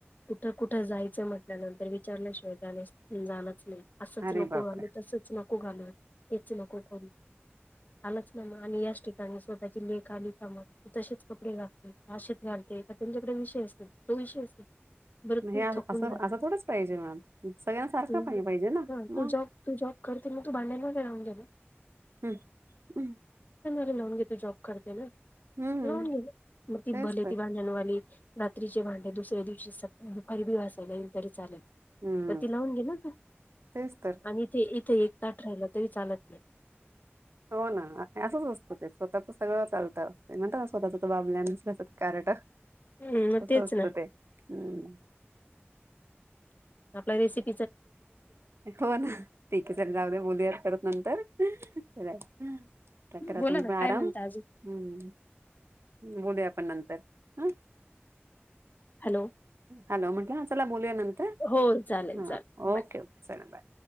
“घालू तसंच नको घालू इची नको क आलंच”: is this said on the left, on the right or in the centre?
Left